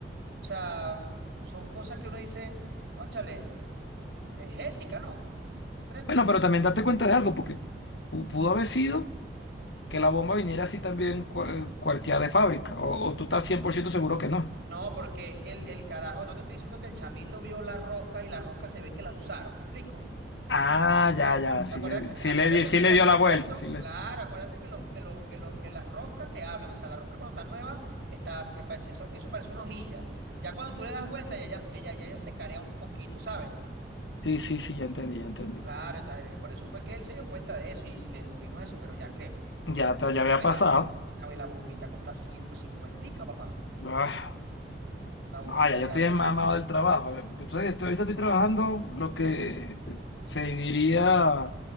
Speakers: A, on the right; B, on the left.
A: sea, son cosas que uno dice, cónchale, es ética, ¿no? ¿Crees tú?
B: Bueno, pero también date cuenta de algo, porque pu- pudo haber sido que la bomba viniera así también cua- cuarteada de fábrica. O, o tú estás 100% seguro que no.
A: No, porque es que el, el carajo, no te estoy diciendo que el chamito vio la rosca y la rosca se ve que la usaron, ¿me explico?
B: Ah, ya, ya, sí
A: Acuerda-
B: le, sí
A: acuérdate
B: le, di- sí
A: que
B: le
A: los
B: dio
A: repuestos,
B: la vuelta. Sí, le,
A: claro, acuérdate que los, que lo, que lo, que las roscas te hablan. O sea, la rosca cuando está nueva, está, que parece- eso, eso parece una hojilla. Ya cuando tú le das vuelta, ya, ya, ella, ya, ya se carea un poquito, ¿sabes?
B: sí, sí, sí, ya entendí, ya entendí.
A: Claro, está- eh, por eso fue que él se dio cuenta de eso y dedujimos eso, pero ya qué,
B: Ya,
A: ya le-
B: te- ya había
A: no, y
B: pasado.
A: la, no, y la bombita cuesta ciento cincuentica papá.
B: Ah.
A: La bombita
B: No, ya yo
A: de
B: estoy
A: agua.
B: enmamado del trabajo. eh, Porque ustedes, estoy- ahorita estoy trabajando lo que se diría